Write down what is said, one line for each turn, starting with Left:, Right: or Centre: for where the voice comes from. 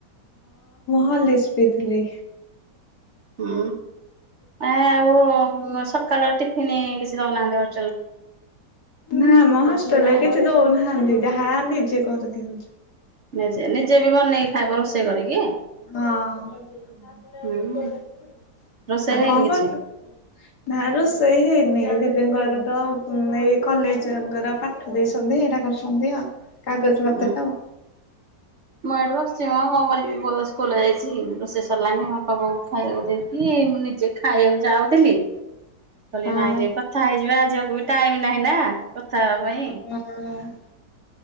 Left: ହଲିସ୍ ପିଇଥିଲି।
Right: ହୁଁ ଆ ଆଉ ସକାଳ ଟିଫିନ କିଛି ଦଉନାହାନ୍ତି ଘରେ
Left: ନା ମ ହଷ୍ଟେଲ କିଛି ଦଉନାହାନ୍ତି ଯାହା ନିଜେ କରି ଦଉଛୁ।
Right: ନିଜେ ନିଜେ ବି ବନେଇକି ଖାଇବ ରୋଷେଇ କରିକି?
Left: ହଁ।
Right: ହୁଁ ରୋଷେଇ
Left: ଆଉ
Right: ହେଇନି
Left: କଣ
Right: କିଛି?
Left: କରୁଛୁ? ନା ରୋଷେଇ ହେଇନି ଦିଦିଙ୍କ ଘର ତ ଏଇ କଲେଜଙ୍କର ପାଠ ଦେଇଛନ୍ତି ହେଇଟା କରୁଛନ୍ତି ଆଉ। କାଗଜ ପତ୍ର
Right: ହୁଁ
Left: ଆଉ
Right: ମୁଁ ଏଠି ବ ବସିଚି ମ କନ କରିବି ପୁଅତ ସ୍କୁଲ ଯାଇଛି ରୋଷେଇ ସରିଲାଣି ବାପା ବୋଉକୁ ଖାଇବାକୁ ଦେଇକି ମୁଁ ନିଜେ ଖା ଖାଇବାକୁ ଯାଉଥିଲି କହିଲି
Left: ହଁ।
Right: ନାଇଁ କଥା ହେଇଯିବା ଝିଅକୁ ବି ଟାଇମ ନାହିଁ ନା? କଥା ହେବା
Left: ହଁ।
Right: ପାଇଁ